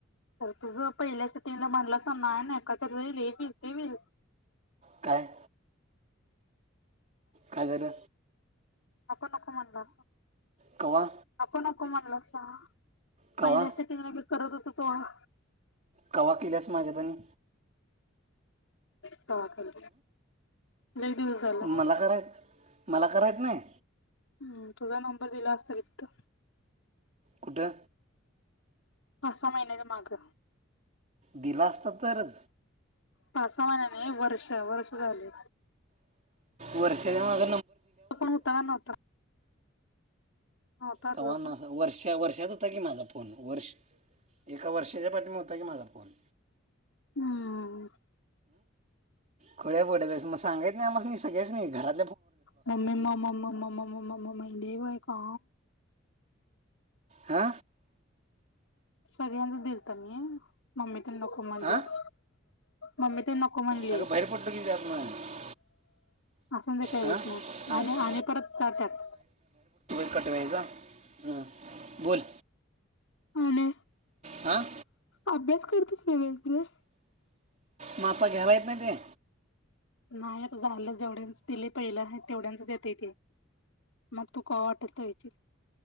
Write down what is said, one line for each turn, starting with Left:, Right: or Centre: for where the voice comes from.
Left: तर तुझ पहिल्या टीमला म्हणला असता हे बी तेही बी
Right: काय कादल
Left: अको नको म्हणला
Right: कवा
Left: अको नको म्हणला का
Right: कवा
Left: पहिल्या सटिंगने बी करत होत थोडं
Right: कवा केल्यास माझ्या त्यांनी
Left: ह कर नाही तुझं झालं
Right: मला कराय मला करायचं नाही
Left: हम् तुझा नंबर दिला असता कितत
Right: कुठा
Left: असा महिन्याच्या माग
Right: गलास तर तर
Left: पासा महिन्याने वर्ष वर्ष झाले
Right: वर्षाच्या माग
Left: त पण होता का नव्हता नव्हता
Right: त्हा
Left: तुझा फोन?
Right: वर्षा वर्षात होता की माझा फोन वर्ष एका वर्षाच्या पाठीमा होता की माझा फोन
Left: हम्म
Right: खोळ्या पोडयचयं मग सांगात नाही म सगळ्याच नाही घरात
Left: म् म म म म म म म म म लवय का
Right: हा
Left: सगळ्यांच दिलत मी मम्मी - नको म्हणलीत
Right: हां
Left: मम्मी ते नको म्हणलीत
Right: अगं बाहेर पडतो की त्यात मग
Left: असून दे काही
Right: हां
Left: होत नाही
Right: आ-
Left: आणि आणि परत जात्यात
Right: कट व्हायचा ह बोल
Left: आले
Right: आ
Left: अभ्यास करतोस <unintelligible>
Right: म अता घ्यायला येत नाही ग
Left: नाही आता झाला जेवढ्यांच दिले पहिला आहे तेवढ्यांचच येतय ते म तु काय वाटल ते व्हयचील